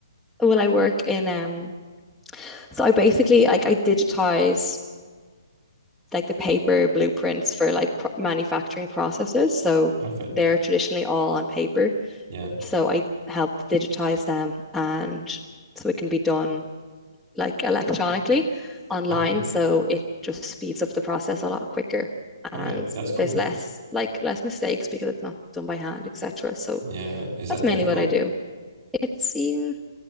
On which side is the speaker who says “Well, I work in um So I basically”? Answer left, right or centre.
Centre